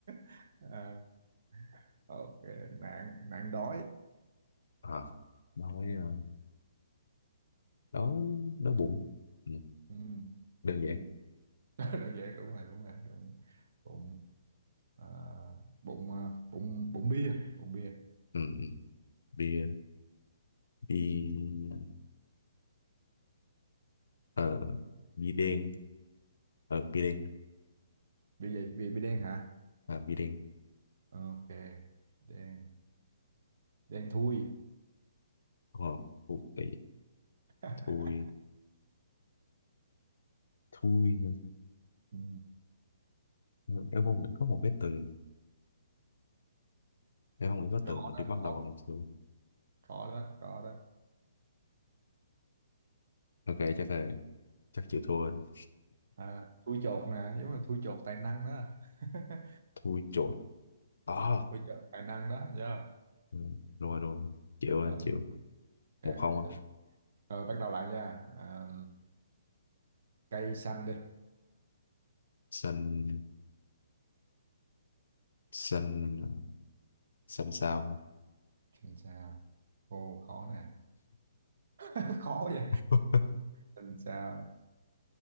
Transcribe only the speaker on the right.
<laughs> à, ok nạn nạn đói
Ừm,
ừm.
<laughs> đơn giản đúng rồi đúng rồi đúng bụng à, bụng à, bụng bụng bia bụng bia
bia gì bia, bia đen hả
ok đen đen thui
<laughs>
Ừ.
Có
đó,
có,
có đó, có đó.
À, thui chột nè, giống như thui chột tài năng đó. <laughs>
thui chột tài năng đó, nhớ
Ờ,
ok.
Ừ, Rồi, bắt đầu lại nha. À, cây xanh đi.
Làm sao? Ô, khó nè. <laughs> khó vậy.
Làm sao?